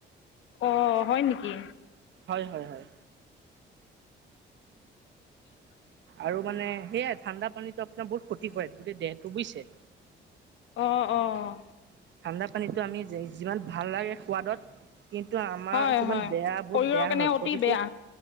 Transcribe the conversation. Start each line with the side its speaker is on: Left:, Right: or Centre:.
Left: অ' হয় নেকি?
Right: হয় হয় হয়।
Left: <inaudible>
Right: আৰু মানে সেয়াই ঠাণ্ডা পানী আপোনাৰ বহুত ক্ষতি কৰে গোটেই দেহটো বুজিছে?
Left: অ' অ'
Right: ঠাণ্ডা পানীটো আমি যিমান ভাল লাগে সোৱাদত কিন্তু আমাৰ
Left: হয়,
Right: কিমান
Left: হয়
Right: বেয়া
Left: শৰীৰৰ
Right: বহুত বেয়া
Left: কাৰণে
Right: হয়
Left: অতি
Right: ক্ষতিটো
Left: বেয়া